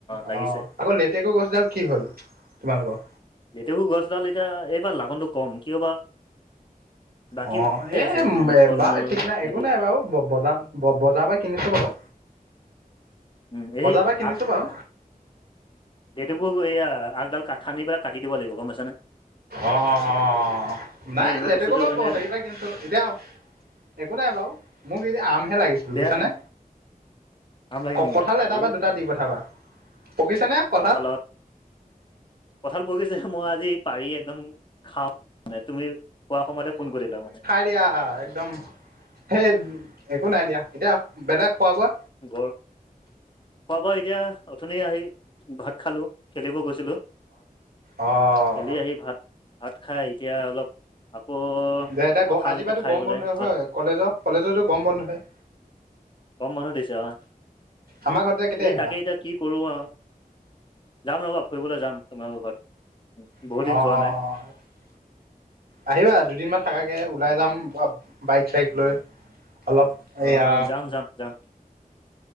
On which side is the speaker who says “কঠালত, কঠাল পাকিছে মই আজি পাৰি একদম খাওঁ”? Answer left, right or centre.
Left